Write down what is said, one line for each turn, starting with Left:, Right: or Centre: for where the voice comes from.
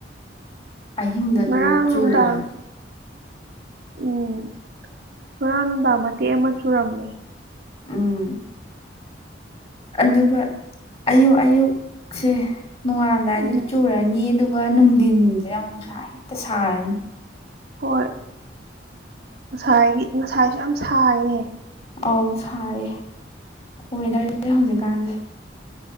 Left: ꯑꯍꯤꯡꯗ ꯑꯗꯨꯝ
Right: ꯉꯔꯥꯡ
Left: ꯆꯨꯕꯅꯤ
Right: ꯅꯨꯡꯗꯥꯡ ꯎꯝ ꯉꯔꯥꯡ ꯅꯨꯡꯗꯥꯡ ꯃꯇꯦꯛ ꯑꯃ ꯆꯨꯔꯝꯃꯦ
Left: ꯎꯝ ꯑꯗꯨꯒ ꯑꯌꯨꯛ ꯑꯌꯨꯛꯁꯦ ꯅꯣꯡꯉꯜꯂꯝꯗꯥꯏꯁꯦ
Right: ꯎꯝ
Left: ꯆꯨꯔꯅꯤ ꯑꯗꯨ ꯑꯗꯨꯒ ꯅꯨꯡꯊꯤꯟꯖꯦ ꯌꯥꯝ ꯅꯨꯡꯁꯥ ꯍꯦꯛꯇ ꯁꯥꯔꯅꯤ
Right: ꯍꯣꯏ ꯉꯁꯥꯏꯒꯤ ꯉꯁꯥꯏꯁꯨ ꯌꯥꯝ ꯁꯥꯏꯌꯦ
Left: ꯑꯧ ꯁꯥꯏꯌꯦ ꯋꯦꯗꯔꯁꯦ ꯍꯧꯖꯤꯛꯀꯥꯟꯁꯦ